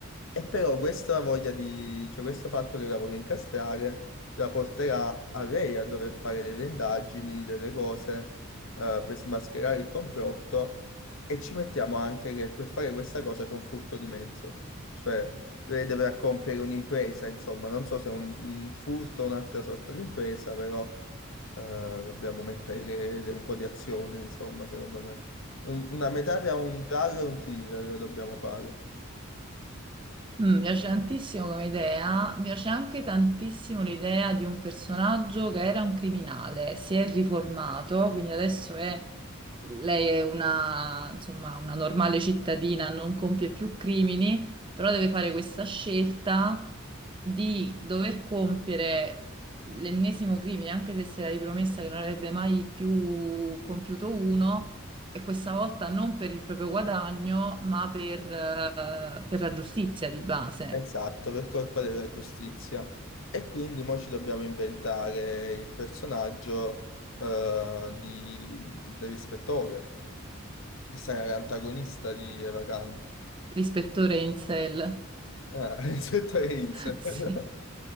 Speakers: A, on the left (about 70°); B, on the right (about 25°).
A: E però questa voglia di, cioè questo fatto che la vuole incastrare la porterà a lei a dover fare delle indagini, delle cose eh, per smascherare il complotto e ci mettiamo anche che per fare questa cosa c'è un furto di mezzo, cioè lei deve compiere un'impresa, insomma, non so se è un, un furto o un'altra sorta di impresa, però eh, dobbiamo mettere de- un po' di azione, insomma, secondo me. Un- una metà tra un giallo e un thriller la dobbiamo fare.
B: Mm, mi piace tantissimo come idea, mi piace anche tantissimo l'idea di un personaggio che era un criminale, si è riformato, quindi adesso è, lei è una, insomma, una normale cittadina, non compie più crimini, però deve fare questa scelta di dover compiere l'ennesimo crimine, anche se si era ripromessa che non avrebbe mai più compiuto uno e questa volta non per il proprio guadagno, ma per, eh, per la giustizia di base.
A: Esatto, per colpa della giustizia. E quindi mo ci dobbiamo inventare il personaggio eh, di- dell'ispettore, che sarà l'antagonista di Eva Kant.
B: L'ispettore Insel,
A: Ah, <laughs> ispettore Insel.
B: <laughs>
A: <laughs>
B: sì,